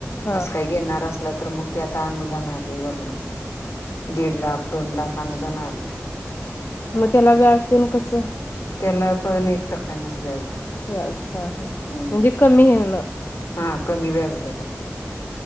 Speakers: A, on the left; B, on the left.
A: हा
B: अस काही घेणार असला तर मग ते आता अनुदान आले वर, दीड लाख, दोन लाख, अनुदान आले.
A: मग त्याला व्याज देन कसं
B: त्याला पण एक टक्क्यांनाच व्याज
A: यास हा हा म्हणजे
B: हम्म
A: कमी येणं
B: हा कमी व्याजदराण